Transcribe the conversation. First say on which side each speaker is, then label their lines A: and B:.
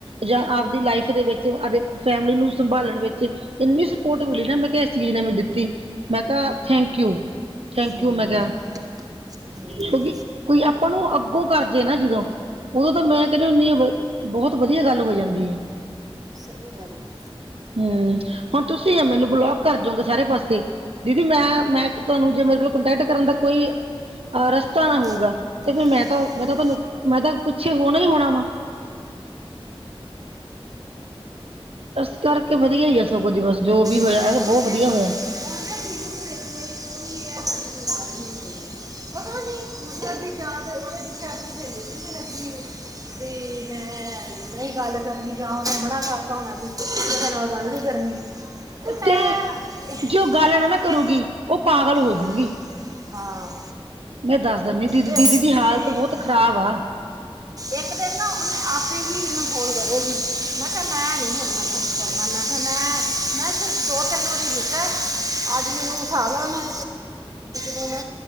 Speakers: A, on the right; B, on the right.
A: ਜਾਂ ਆਪਦੀ ਲਾਈਫ ਦੇ ਵਿੱਚ, ਆਪ ਫੈਮਿਲੀ ਨੂੰ ਸੰਭਾਲਣ ਵਿੱਚ ਇੰਨੀ ਸਪੋਰਟ
B: ਹੂੰ
A: ਮਿਲੀ ਨਾ ਮੈਂ ਕਿਹਾ ਇਸ ਚੀਜ਼ ਨੇ ਮੈਨੂੰ ਦਿੱਤੀ ਮੈਂ ਕਿਹਾ ਥੈਂਕ ਯੂ। ਥੈਂਕ
B: ਹੂੰ,
A: ਯੂ, ਮੈਂ ਕਿਹਾ
B: ਹੂੰ
A: ਕਿਉਂਕਿ ਕੋਈ ਆਪਾਂ ਨੂੰ ਅੱਗੋਂ ਕਰ ਜੇ ਨਾ ਜਦੋਂ ਉਦੋਂ ਤਾਂ ਮੈਂ ਕਹਿੰਦੀ ਹੁੰਨੀ ਬਹੁਤ ਵਧੀਆ ਗੱਲ ਹੋ ਜਾਂਦੀ ਹੈ।
B: ਸਹੀ ਗੱਲ ਨਾ
A: ਹੂੰ ਹੁਣ ਤੁਸੀਂ ਹੋ ਮੈਨੂੰ ਬਲੋਕ ਕਰ ਜਾਓਗੇ ਸਾਰੇ ਪਾਸੇ ਦੀਦੀ ਮੈਂ-ਮੈਂ
B: ਹਾਂ
A: ਤੁਹਾਨੂੰ ਜੇ ਮੇਰੇ ਕੋਲ ਕੰਟੈਕਟ ਕਰਨ ਦਾ ਕੋਈ ਅਹ ਰਸਤਾ ਨਾ
B: ਹਾਂ
A: ਹੋਊਗਾ ਤੇ ਫਿਰ ਮੈਂ ਤਾਂ
B: ਹੁਣ
A: ਮੈਂ ਤਾਂ ਤੁਹਾਨੂੰ ਮੈਂ ਤਾਂ ਪਿੱਛੇ ਹੋਣਾ ਹੀ ਹੋਣਾ ਵਾ। ਇਸ ਕਰਕੇ ਵਧੀਆ ਹੀ ਹੈ ਸਗੋਂ ਬਸ ਜੋ ਵੀ ਹੋਇਆ
B: ਹੁਣ
A: ਹੈਗਾ ਬਹੁਤ
B: ਦੇਖੋ
A: ਵਧੀਆ ਹੋਇਆ।
B: ਹੁਣ ਤਾ <unintelligible> ਪਤਾ ਨਹੀਂ ਮਤਲਬ ਜਾਂ ਉਦੇ ਪਿੱਛੇ ਜਾ ਆਪਣੀ ਸਹੇਲੀ ਦੇ ਪਿੱਛੇ ਲੱਗੀ ਏ ਬਈ ਮੈ ਨਹੀਂ ਗੱਲ ਕਰਨੀ ਜਾਂ ਉਹਨੇ ਮਨਾ ਕਰਤਾ ਹੋਣਾ ਵੀ ਕਿਸੇ ਨਾਲ ਗੱਲ ਨਹੀਂ ਕਰਨੀ। ਮੈਂ
A: ਤੇ
B: ਇਹ
A: ਜੇ ਉਹ ਗੱਲ ਨਾ ਨਾ ਕਰੂਗੀ
B: ਇਹ,
A: ਉਹ ਪਾਗਲ ਹੋਜੂਗੀ।
B: ਹਾਂ ਹਾਂ
A: ਮੈਂ ਦੱਸ ਦਿੰਨੀ ਦੀਦੀ,
B: ਇਹ-
A: ਦੀਦੀ ਦੀ ਹਾਲਤ
B: ਤੇ
A: ਬਹੁਤ
B: ਇਹ
A: ਖ਼ਰਾਬ ਆ।
B: ਇੱਕ ਦਿਨ ਨਾ ਉਹਨੇ ਆਪੇ ਹੀ ਮੈਨੂੰ ਫੋਨ ਕਰੇਗੀ ਮੈਂ ਕਿਹਾ, ਮੈਂ ਨੀ ਉਣ ਫੋਨ ਕਰ ਮੈਂ ਕਿਹਾ ਮੈਂ-ਮੈਂ ਸਿਰਫ਼ ਦੋ-ਤਿੰਨ ਵਾਰੀ ਕੀਤਾ ਅੱਜ ਮੈਨੂੰ ਹਿਸਾਬ ਲਾ ਲਓ <unintelligible> ਉਹ ਮੈ